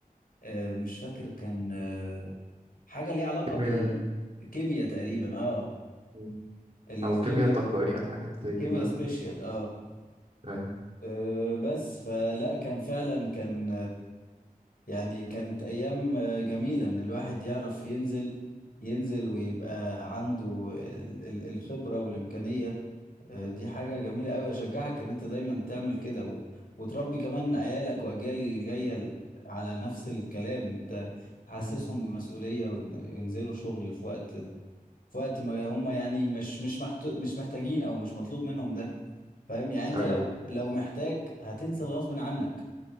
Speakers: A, on the left; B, on the right.
A: آه، مش فاكر كان آه، حاجة ليها علاقة
B: كيمياء
A: بالكيمياء تقريبا اه
B: مم.
A: الكيمياء
B: او كيمياء تطبيقية الحاجات زي
A: كيمياء
B: دي بقى
A: سبيشال اه
B: ايوه
A: آه، بس فلا كان فعلا كان يعني كانت أيام آه، جميلة إن الواحد يعرف ينزل ينزل ويبقى عنده ال- ال- الخبرة والإمكانية آه، دي حاجة جميلة أوي أشجعك إن أنت دايما تعمل كده و... وتربي كمان عيالك وأجيال جاية ل- على نفس الكلام أنت تحسسهم
B: مم.
A: بالمسؤولية وإن- وينزلوا شغل في وقت في وقت ما هم يعني مش مش محت... مش محتاجين أو مش مطلوب منهم ده فاهم يعني أنت
B: ايوه
A: لو لو محتاج هتنزل غصب عنك